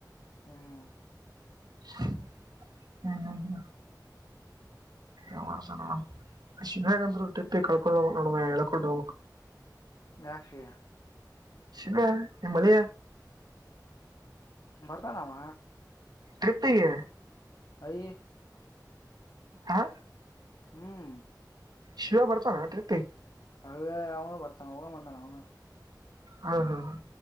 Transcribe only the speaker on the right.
ಹ್ಮ್ ಹಾ ಹ್ಮ ಏ ಮಾಡ್ತ ನೋಡ ಶನ್ೇಗಂದ್ಟ್ಟಿಿ ಕಳ್ಕೊಂಡ್ ಹೋಗ ನೋಡ ಎಳ್ಕೊಂಡು ಹೋಗಕ್
ಶಿವ ನಿಮ್ಮಳೆಯ
ತೃಪ್ತತಿಯ
ಹಾ
ಶಿವ ಬರ್ತ ಅಟತಿ
ಹ್ಮ ಹ್ಮ ಹ.